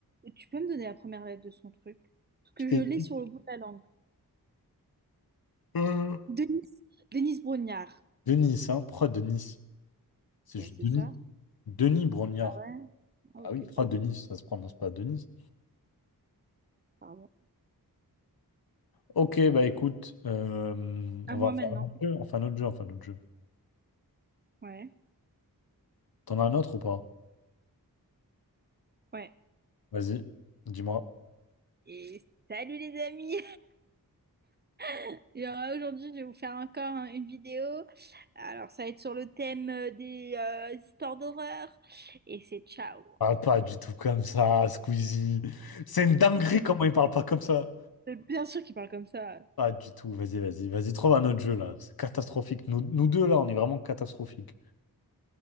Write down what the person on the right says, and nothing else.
tu peux me donner la première lettre de son truc? Parce que
je l'ai sur le bout de la langue.
Denise, Denise Brognard.
Ben
c'est
ça.
Ah ouais? Ah,
ok,
pardon.
Pardon.
À
moi
maintenant.
Ouais,
ouais.
Et salut les amis! <laughs> Alors, aujourd'hui, je vais vous faire encore hein, une vidéo. Alors, ça va être sur le thème euh, des euh, histoires d'horreur. Et c'est ciao!
C'est
c'est bien sûr qu'il parle comme ça. <laughs>